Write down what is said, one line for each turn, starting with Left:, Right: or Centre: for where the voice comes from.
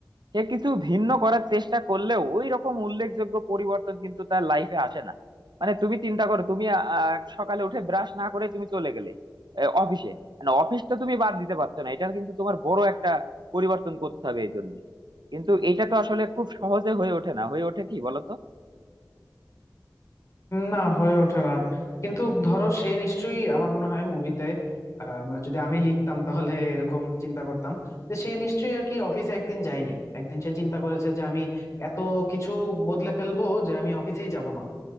Right: সে কিছু ভিন্ন করার চেষ্টা করলেও ওই রকম উল্লেখযোগ্য পরিবর্তন কিন্তু তার লাইফে আসে না মানে তুমি চিন্তা করো তুমি আহ, সকালে উঠে ব্রাশ না করে তুমি চলে গেলে আহ, অফিসে মানে অফিসটা তুমি বাদ দিতে পারছো না এটার কিন্তু তোমার বড় একটা পরিবর্তন করতে হবে এই জন্য কিন্তু এটা তো আসলে খুব সহজে হয়ে ওঠে না হয়ে ওঠে কি বলতো
Left: না হয়ে ওঠে না কিন্তু ধরো সে নিশ্চয়ই আমার মনে হয় মুভিতে আমরা যদি আমি লিখতাম তাহলে এরকম চিন্তা করতাম যে সে নিশ্চয়ই আর কি অফিসে একদিন যায়নি একদিন সে চিন্তা করেছে যে আমি এত কিছু বদলে ফেলবো যে আমি অফিসেই যাব না